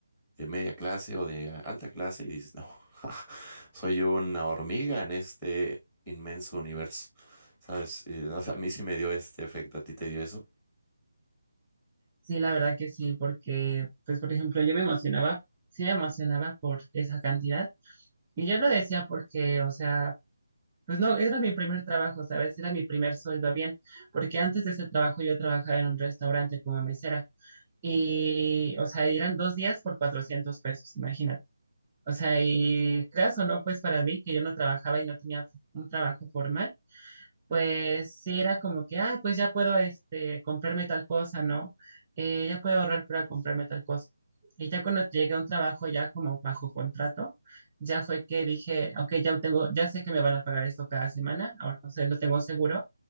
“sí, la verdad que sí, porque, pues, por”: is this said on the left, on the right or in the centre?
Right